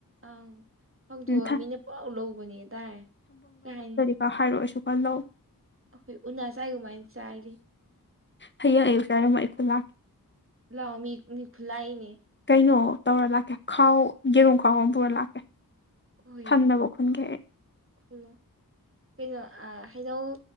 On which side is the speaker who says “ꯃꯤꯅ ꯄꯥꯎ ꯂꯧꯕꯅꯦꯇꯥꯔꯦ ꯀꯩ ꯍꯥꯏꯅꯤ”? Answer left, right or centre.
Right